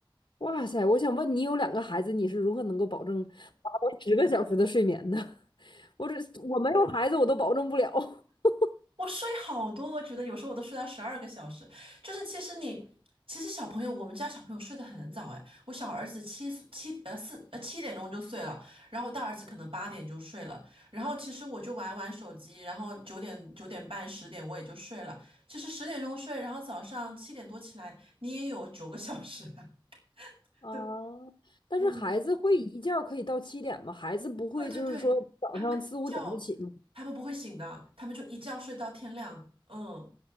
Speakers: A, on the left; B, on the right.
A: 哇塞，我想问你，有两个孩子，你是如何能够保证达到十个小时的睡眠的？<laughs> 我这我没有孩子，我都保证不了。<laughs>
B: 我睡好多，我觉得有时候我都睡到十二个小时。就是其实你，其实小朋友，我们家小朋友睡得很早哎，我小儿子七岁七呃四呃七点钟就睡了，然后大儿子可能八点就睡了，然后其实我就玩玩手机，然后九点九点半十点我也就睡了。其实十点钟睡，然后早上七点多起来，你也有九个小时啊 <laughs>
A: 啊，
B: 对，
A: 但是孩子会一觉儿可以到七点吗？
B: 嗯，
A: 孩子不会就是说早上四五点就起吗？
B: 对对对，他们一觉，他们不会醒的，他们就一觉睡到天亮。嗯，